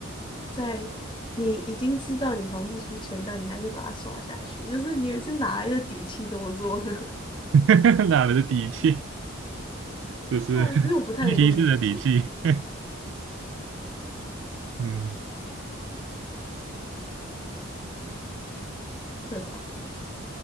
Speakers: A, on the left (about 25°); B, on the right (about 65°).
A: 在你已经知道你还不出钱，但你还是把它刷下去，就是你是哪来的底气这么做呢？<laughs>
B: <laughs> 哪来的底气？这是
A: 对啊，
B: <laughs>
A: 其实我不太能够理解，
B: 一式的底气。<laughs> 嗯，
A: 对吧？